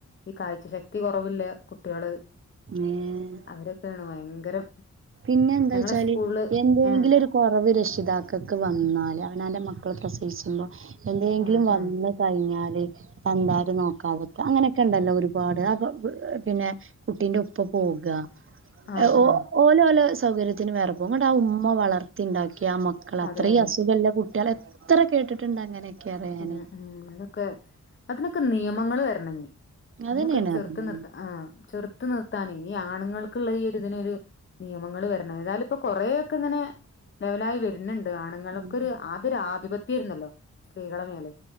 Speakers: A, on the left; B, on the right.
A: ഈ കാഴ്ച ശക്തി കൊറവ് ഇല്ലെ കുട്ടികള്
B: ഏഹ്
A: അവരൊക്കെ ആണ് ഭയങ്കരം
B: പിന്ന എന്താ
A: ഞങ്ങളെ
B: ചോയ്ച്ചാല്
A: സ്കൂളില്
B: എന്തേങ്കിലും
A: ആഹ്
B: ര് കൊറവ് രക്ഷിതാക്കക്ക് വന്നാല് അവനാൻ്റ മക്കള പ്രസവിച്ച്‌മ്പോ എന്തേങ്കിലും
A: ആഹ്
B: വന്ന്
A: ആഹ്
B: കഴ്‌ഞ്ഞാല് തന്താര് നോക്കാത്ക്ക അങ്ങനെക്കണ്ടല്ലോ ഒരുപാട് അപ്പ പി പിന്നെ കുട്ടിന്റ ഒപ്പം പോകാ
A: ആഹ്
B: ഏഹ് ഓ
A: ആഹ്
B: ഓലോലെ സൗകര്യത്തിന് വേറ പോവും എന്നിട്ട് ആ ഉമ്മ വളർത്തിണ്ടാക്കിയ ആ മക്ക ക്കള്
A: അതെ
B: അത്രേം
A: അതെ
B: അസുഖല്ല കുട്ട്യള് എത്ര കേട്ട്ട്ട്ണ്ട് അങ്ങനെക്ക അറിയോ ഞാന്
A: ഉം ഉം അതൊക്കെ അതിനൊക്ക നിയമങ്ങള് വെര്ണഞ്ഞി
B: അതന്നെയാണ്
A: അതൊക്കെന്ന് ചെർത്ത്
B: അറിയാന്
A: നിർത്ത ആഹ് ചെറ്ത്ത് നിർത്താനെ ഈ ആണ്ങ്ങൾക്കിള്ള ഈ ഇതിനൊര് നിയമങ്ങള് വെര്ണം ഏതാലിപ്പൊ കൊറേ ഒക്ക ഇങ്ങനെ ലെവലായ് വെര്ണ് ണ്ട് ആണുങ്ങൾക്കൊര്
B: ഉം
A: ആദ്യൊര് ആധിപത്ത്യെര്ന്നലൊ സ്ത്രീകള മേലെ